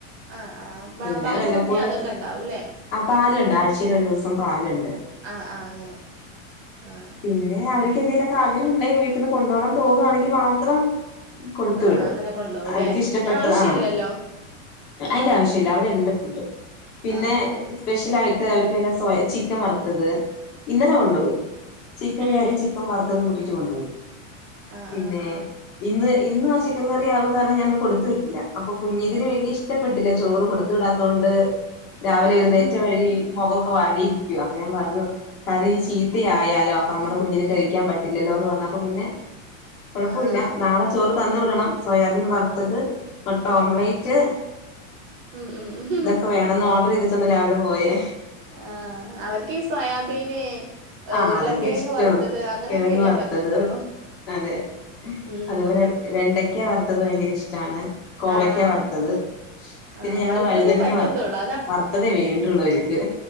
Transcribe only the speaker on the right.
ആ ആ പാ-
പാലും
മുട്ടയും അതൊക്കെ ഉണ്ടാവും അല്ലേ
ആ ആ അങ്ങനെ ആ
ആ
അങ്ങനെ കൊണ്ടുപോകും
അല്ലേ
പിന്നെ ആവശ്യമില്ലല്ലോ
ആ
ആ ഫുഡ്
ഏ
ആഹ്
ആഹ്
ആഹ്
ഉം ഉം ഉം
ആഹ് അവർക്ക് ഈ സോയാബീന്
ഉരുളങ്കിഴങ്ങ്
വറുത്തത് അങ്ങനെയൊക്കെയല്ലേ
പറ്റത്തുള്ളൂ
ഉം
ആഹ്
ആഹ്
വറുത്തതേ
പറ്റത്തുള്ളൂ